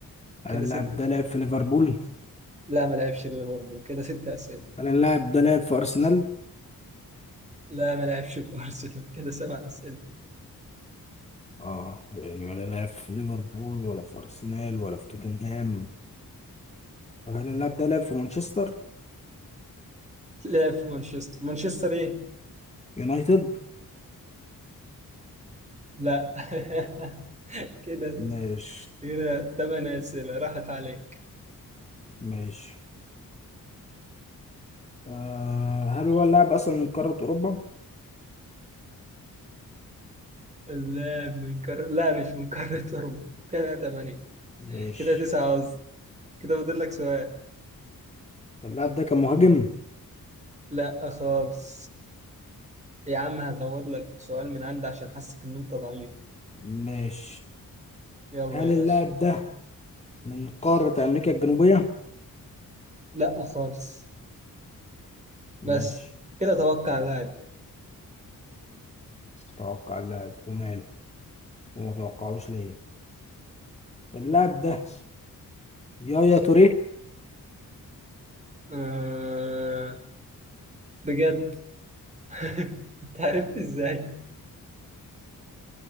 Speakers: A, on the left; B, on the right.
A: هل
B: كده
A: اللاعب
B: ست
A: ده لاعب في ليفربول
B: لا ما لعبش في ليفربول كده ست أسئلة
A: هل اللاعب ده لاعب في أرسنال
B: لا ما لعبش في أرسنال <laughs> كده سبع أسئلة
A: اه يعني ولا لعب في ليفربول ولا في ارسنال ولا في توتنهام طب هل اللاعب ده لعب في مانشستر
B: لعب في مانشستر مانشستر إيه؟
A: يونايتد
B: لا <laughs> كده
A: مش
B: كده ثمان أسئلة راحت عليك
A: مش آه هل هو اللاعب اصلا من قارة اوروبا
B: لا من قارة لا مش من قارة أوروبا <laughs> كده تمانية
A: مش
B: كده تسعة قصدي كده فاضل لك سؤال
A: اللاعب ده كان مهاجم
B: لا خالص يا عم هزود لك سؤال من عندي عشان حاسس إن أنت ضعيف
A: مش
B: يلا
A: هل
B: يا باشا
A: اللاعب ده من قارة امريكا الجنوبية
B: لا خالص
A: مش
B: بس كده توقع لاعب
A: توقع اللاعب وماله وما توقعوش ليه اللاعب ده يايا توريه
B: آه... بجد <laughs> أنت عرفت إزاي؟